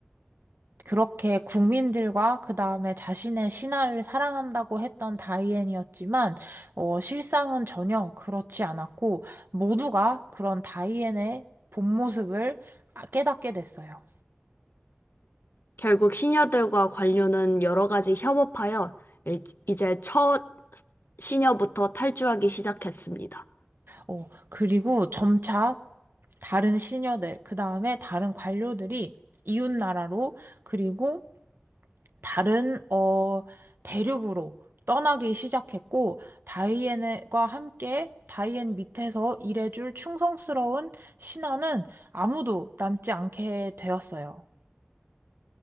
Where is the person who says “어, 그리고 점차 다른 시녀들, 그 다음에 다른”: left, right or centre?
Right